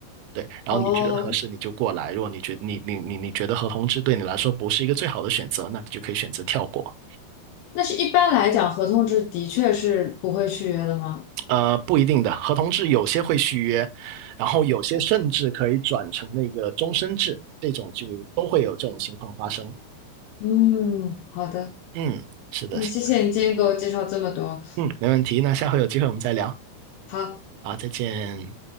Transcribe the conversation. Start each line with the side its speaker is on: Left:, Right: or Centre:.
Right: 对，然后你觉得合适你就过来，
Left: 哦，
Right: 如果你觉你你你你觉得合同制对你来说不是一个最好的选择，那你就可以选择跳过。
Left: 那是一般来讲，合同制的确是不会续约的吗？
Right: 呃，不一定的，合同制有些会续约，然后有些甚至可以转成那个终身制，这种就都会有这种情况发生。
Left: 嗯，好的，
Right: 嗯，是的，
Left: 那谢谢你今天给我介绍这么多。
Right: 是的，嗯，没问题。那下回有机会我们再聊。
Left: 好，
Right: 好，再见。